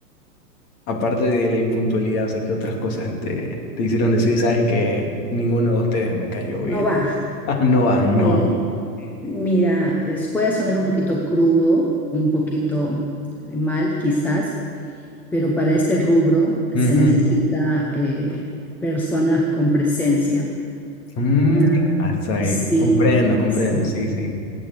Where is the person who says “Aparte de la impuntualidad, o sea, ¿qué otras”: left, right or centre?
Left